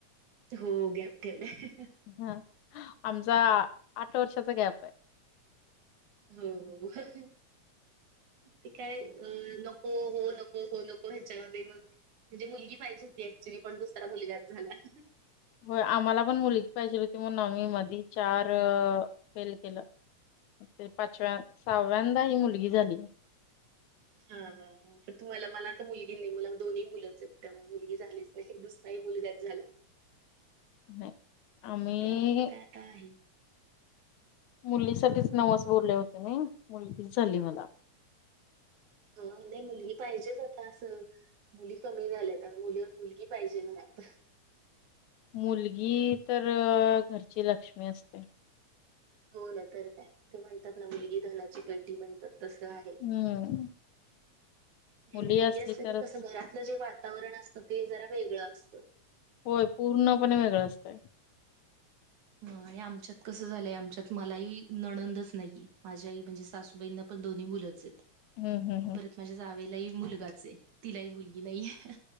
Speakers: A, on the right; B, on the left.
A: हो गॅप ठेवलाय.
B: हम, आमचा आठ वर्षाचा गॅप हाय.
A: हो, हो. ते काय, अ नको हो, नको हो नको, ह्याच्यामध्ये मग म्हणजे मुलगी पाहिजे होती ऍक्च्युली, पण दुसरा मुलगाच झाला.
B: होय आम्हाला पण मुलगी पाहिजे होती म्हणून म आम्ही मधी चार फेल केल. ते पाचव्या, सहाव्यांदा ही मुलगी झाली.
A: हा, हा, हा. तुम्हाला मला आता मुलगी नाही, मला दोन्ही मुलंच आहेत त्यामुळ मुलगी झालीच नाही, दुसराही मुलगाच झाला.
B: नाही आम्ही
A: त्यामूळ काय आता आहे.
B: मुलीसाठीच नवस बोलले होते मी, मुलगीच झाली मला.
A: हं, नही मुलगी पाहिजेच, आता असं मुली कमी झाल्या आता, मुल-मुलगी पाहिजे मग आता.
B: मुलगी तर, घरची लक्ष्मी असते.
A: हो ना तर काय, ते म्हणतात ना, मुलगी धनाची पेटी म्हणतात, तसं आहे.
B: हम्म.
A: आणि
B: मुली
A: मुलगी असली की,
B: तरच
A: कसं घरातलं जे वातावरण असतं, ते जरा वेगळं असतं.
B: होय पूर्णपणे वेगळं असतं.
A: मं आणि आमच्यात कसं झालंय, आमच्यात मलाही नणंदच नाहीये, माझ्या आई, म्हणजे सासूबाईंना प पण दोन्ही मुलंच आहेत.
B: हम्म हम्म हम्म.
A: परत, माझ्या जावेलाही मुलगाचं ये, तिलाही मुलगी नाहीये.